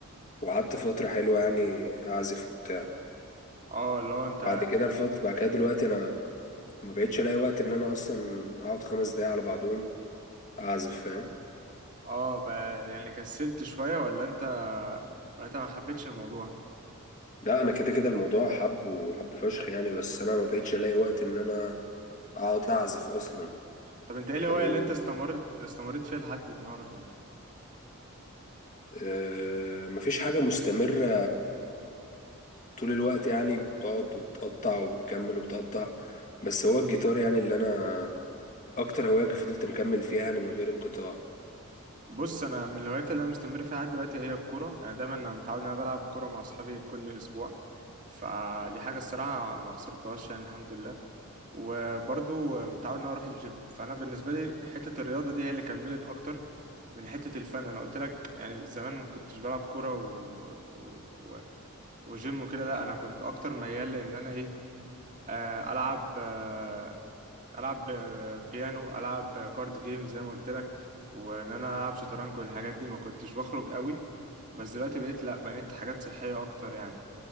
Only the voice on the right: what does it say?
اه لو انت
اه ب- يعني كسلت شويه ولا انت ولا انت ما حبيتش الموضوع
طب انت ايه الهوايه
اللي انت استمرت استمريت فيها لحد النهارده يعني
بص انا من الهوايات اللي انا مستمر فيها لحد دلوقتي هي الكوره يعني دايما انا متعود ان انا بلعب كوره مع اصحابي كل اسبوع فدي حاجه الصراحه ما خسرتهاش يعني الحمد لله وبرضه متعود ان انا اروح الجيم فانا بالنسبه لي حته الرياضه دي هي اللي كملت اكتر من حته الفن انا قلت لك يعني زمان ما كنتش بلعب كوره و... و... و... وجيم وكده لا انا كنت اكتر ميال لان انا ايه آه، العب آه، العب آه، بيانو العب آه، كارد جيمز زي ما قلت لك وان انا العب شطرنج والحاجات دي ما كنتش بخرج قوي بس دلوقتي بقيت لا بنيت حاجات صحيه اكتر يعني